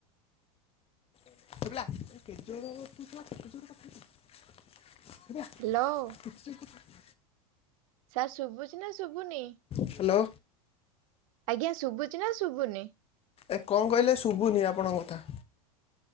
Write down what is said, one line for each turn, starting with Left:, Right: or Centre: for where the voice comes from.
Left: <unintelligible>
Right: hello
Left: <unintelligible>
Right: sir ଶୁଭୁଛି ନା ଶୁଭୁନି?
Left: ହାଲୋ।
Right: ଆଜ୍ଞା ଶୁଭୁଚି ନା ଶୁଭୁନି?
Left: ଏ କଣ କହିଲେ ଶୁଭୁନି ଆପଣଙ୍କ କଥା।